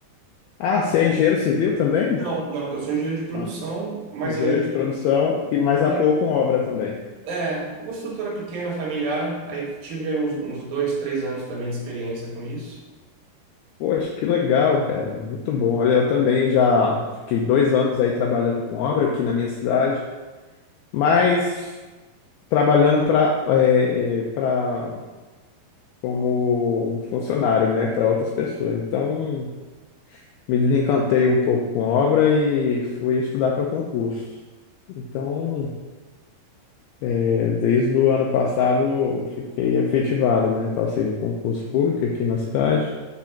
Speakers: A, on the left; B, on the right.
A: Ah, você é engenheiro civil também?
B: Não, não, eu sou engenheiro de produção,
A: Mas,
B: mas
A: engenheiro
B: aí
A: de produção e mais
B: trabalhei
A: atuou com obra também.
B: é, com construtora pequena, familiar, aí tive aí uns, uns dois, três anos também de experiência com isso.
A: Poxa, que legal, cara. Muito bom. Olha, eu também já fiquei dois anos aí trabalhando com obra aqui na minha cidade, mas trabalhando para para como funcionário, né, para outras pessoas. Então, me desencantei um pouco com obra e fui estudar para concurso. Então, É, Desde o ano passado eu fiquei efetivado, né? Passei no concurso público aqui na cidade